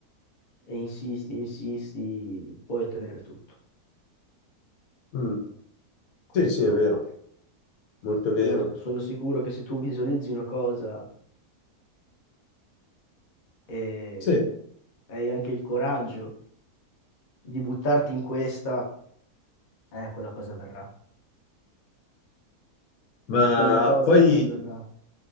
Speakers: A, on the left (about 45°); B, on the left (about 70°).
A: e insisti, insisti, puoi ottenere tutto.
B: Mm.
A: Questo
B: Sì, sì, è
A: è.
B: vero, molto
A: Sono,
B: vero.
A: sono sicuro che se tu visualizzi una cosa e
B: Sì,
A: hai anche il coraggio di buttarti in questa, eh, quella cosa avverrà.
B: ma
A: Quella cosa
B: poi...
A: avverrà.